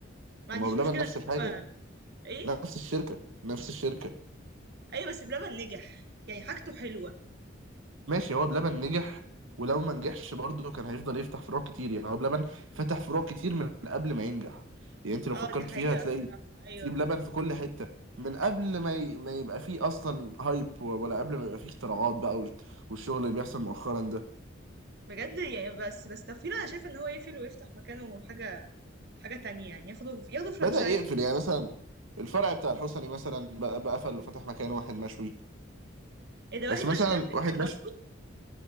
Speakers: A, on the right (about 55°); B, on the right (about 80°).
A: ما
B: ما
A: عنديش
B: هو بلبن
A: مشكله
B: نفس
A: ان
B: الحاجة
A: هو
B: يعني
A: ايه
B: نفس الشركة نفس الشركة
A: ايوه بس بلبن نجح يعني حاجته حلوه
B: ماشي هو بلبن نجح ولو ما نجحش برضه كان هيفضل يفتح فروع كتير يعني هو بلبن فتح فروع كتير من قبل ما ينجح يعني انت لو
A: اه
B: فكرت
A: دي حقيقه
B: فيها هتلاقي
A: الصراحه ايوه
B: في بلبن في كل حتة من قبل ما ي... ما يبقى فيه اصلا هايب ولا قبل ما يبقى فيه اختراعات بقى وال- والشغل اللي بيحصل مؤخرا ده
A: بجد يعني بس بس تفكير انا شايف ان هو يقفل ويفتح مكانه حاجه حاجه تانية يعني ياخده ياخده فرانشايز
B: بدأ يقفل يعني مثلا الفرع بتاع الحسني مثلا بقى بقى قفل وفتح مكان واحد مشوي
A: ايه ده واحد
B: بس مثلا
A: ماشي ده حلو
B: واحد
A: جربته
B: مشوي